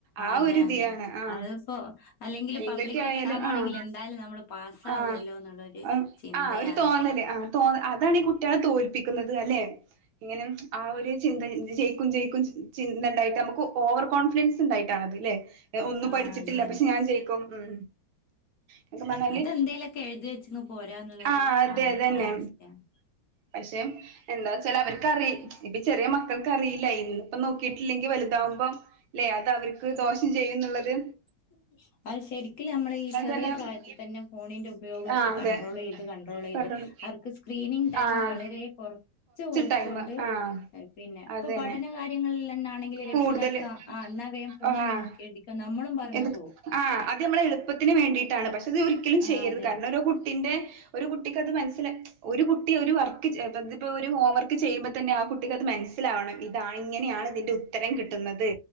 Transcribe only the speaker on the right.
ആ
ഒരുതിയാണ്
ആഹ
എന്തൊക്കെയ
ആയാലും
ആഹ
ആഹ്
ഹ്
ആഹ് ഒരു തോന്നൽ ആഹ് തോ അതാണ് ഈ കുട്ടികളെ തോൽപ്പിക്കുന്നത് അല്ലെ ഇങ്ങനെ ആ ഒരു ചിന്ത ജയ് യിക്കും ജയിക്കും ചിന്തണ്ടായിട്ട് നമുക്ക് ഓവർ കോൺഫിഡൻസ് ണ്ടായിട്ടാണ് അത് ലെ ഒന്നും
പഠിച്ചിട്ടില്ല
പക്ഷെ
ഞാൻ ജയിക്കും ഉം സത്യം പറഞ്ഞാല്
ആഹ് അതെ
അതന്നെ പക്ഷേ എന്താ വച്ചാൽ അവർക്ക്റി ഇപ്പ ചെറിയ മക്കൾക്ക് അറിയില്ല ഇന്ന്പ്പ നോക്കിയിട്ടില്ലെങ്കിൽ വലുതാവ അപ്പ ഇല്ലെ അത് അവർക്ക് ദോഷം ചെയ്യും എന്നുള്ളത്
തന്നെ
ആഹ്
അതെ
കണ്ടണ്ട്
ആഹ്
ടൈമ് ആഹ്
അതന്നെ
കൂടുതല്
ആഹ്
എത്
ആഹ് അത് നമ്മളെ എളുപ്പത്തിന് വേണ്ടിയിട്ടാണ് പക്ഷെ അത് ഒരിക്കലും
ചെയ്യരുത്
കാരണം ഒരു കുട്ടിന്റെ ഒരു കുട്ടിക്കത് മനസ്സില ഒരുകു കുട്ടി ഒരു വർക്ക് ഇതിപ്പോ ഒരു ഹോം വർക്ക് ചെയ്യുമ്പോൾ തന്നെ ആഹ് കുട്ടിക്കത് മനസ്സിലാവണം ഇതാണ് ഇങ്ങനെയാണ് ഇതിന്റെ ഉത്തരം കിട്ടുന്നത്